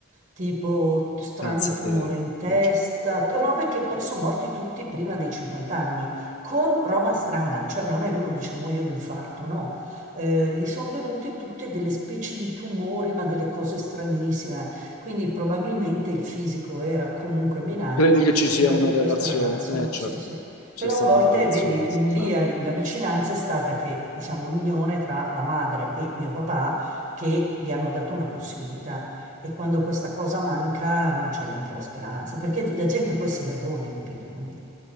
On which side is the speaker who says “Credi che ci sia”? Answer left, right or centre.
Left